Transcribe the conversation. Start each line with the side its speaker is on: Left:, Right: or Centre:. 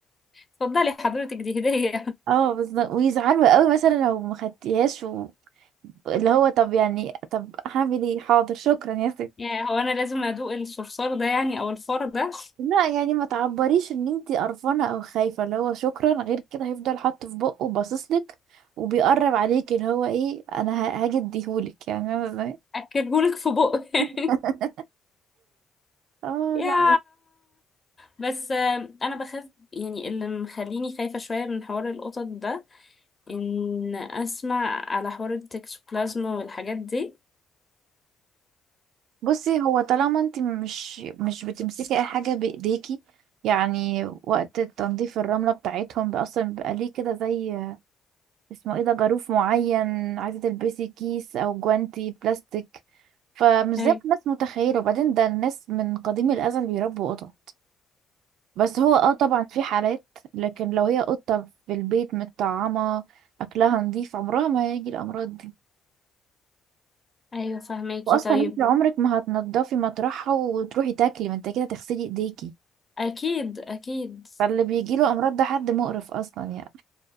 Left: اتفضلي حضرتك دي هديه <laughs>
Right: اه بس ويزعلوا قوي مثلا لو ما خدتيهاش و... اللي هو طب يعني طب هعمل ايه حاضر شكرا يا ستي
Left: يعني هو انا لازم ادوق الصرصار ده يعني او الفار ده
Right: لا يعني ما تعبريش ان انتي قرفانه او خايفه اللي هو شكرا غير كده هيفضل حاطه في بقه باصصلك وبيقرب عليك اللي هو ايه انا ه- هاجي اديهولك يعني انا ازاي
Left: اكلهولك في بق <laughs>
Right: <laughs> اه
Left: يا
Right: لا
Left: بس آه، انا بخاف يعني اللي مخليني خايفه شويه من حوار القطط ده ان اسمع على حوار التكسوبلازما والحاجات دي
Right: بصي هو طالما انتي مش مش بتمسكي اي حاجه بايديكي يعني وقت تنظيف الرمله بتاعتهم بقى اصلا بيبقى ليه كده زي اسمه ايه ده جاروف معين عايزه تلبسي كيس او جوانتي بلاستيك فمش زي
Left: طيب
Right: ما الناس متخيله وبعدين ده الناس من قديم الازل بيربوا قطط بس هو اه طبعا في حالات لكن لو هي قطة في البيت متطعمة أكلها نظيف عمرها ما هيجي الأمراض دي
Left: ايوه فهماكي
Right: وأصلا
Left: طيب
Right: انت عمرك ما هتنضفي مطرحها وتروحي تاكلي ما انت كده هتغسلي ايديكي
Left: اكيد اكيد
Right: فاللي بيجيله أمراض ده حد مقرف أصلا يعني